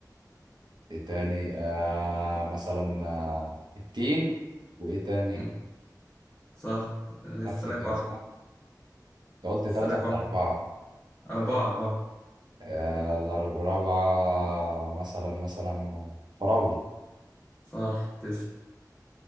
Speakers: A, on the right; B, on the left.
A: ايه تاني آه، مثلا آه، التين وايه تاني
B: مم، صح لسه
A: بس
B: لك
A: كده
B: واحد
A: صح؟ انت قلت تلاتة
B: لسه لك
A: ولا
B: واحد
A: أربعة
B: اربعة اربعة
A: آه، الأربعة مثلا مثلا فراولة
B: صح تسلم